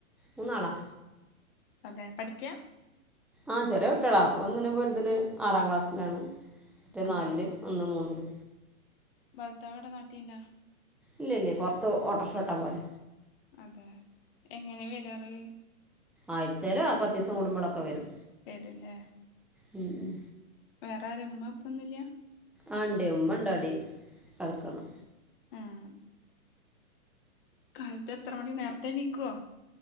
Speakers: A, in the centre; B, on the left.
A: മൂന്നാളാ.
B: അതെ പഠിക്ക.
A: ആഹ് ചെറിയ കുട്ടിയാള ഒന്നിന് വലുതിന് ആറാം ക്ലാസ്സിലാണ് റ്റെ
B: അതെ
A: നാലില് ഒന്ന് മൂന്നില്.
B: ഭർത്താവ്വിടെ നാട്ടിണ്ടാ?
A: ഇല്ലല്ല പൊറത്ത് ഓട്ടോർഷ ഓട്ടാൻ പോയത.
B: അതെ എങ്ങനെ വരാറ്?
A: ആഴ്ച്ചേലോ പത്തിസം കുടുമ്പോളൊക്കെ വരും.
B: വരും ലെ.
A: ഉം ഉം
B: വേറെ ആര ഉമ്മ ഉപ്പൊന്നുല്ല.
A: ആഹ് ണ്ടയ് ഉമ്മണ്ടവിടെ കടക്ക്ണ്.
B: ഏഹ് കാലത്ത് എത്ര മണി നേരത്തെ എണീക്കുവോ?